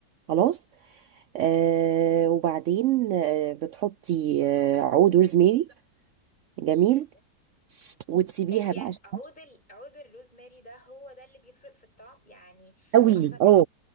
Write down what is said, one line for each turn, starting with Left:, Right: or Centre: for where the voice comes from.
Right: خلاص آه وبعدين آه بتحطي آه عود روزميري جميل
Left: ماشي
Right: وتسيبيها
Left: هي
Right: بقى شوية.
Left: عود ال... عود الروزماري ده هو ده اللي بيفرق في الطعم يعني
Right: قوي
Left: أصل
Right: اه